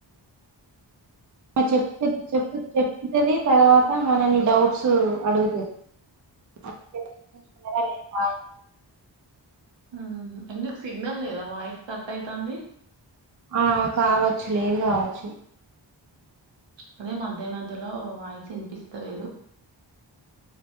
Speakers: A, on the right (about 45°); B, on the right (about 75°).
A: చెప్తది చెప్ చెప్తది తర్వాత మనల్ని డౌట్స్ అడుగుతది ఎక్కువ ఉంచుకున్నర లేదా అని
B: ఉమ్ హు ఎందుకు సిగ్నల్ లేదా వాయిస్ కట్ అయితాంది
A: ఆ కావచ్చు లేదు కావచ్చు
B: అదే మధ్య మధ్యలో వాయిస్ ఇనిపిస్తలేదు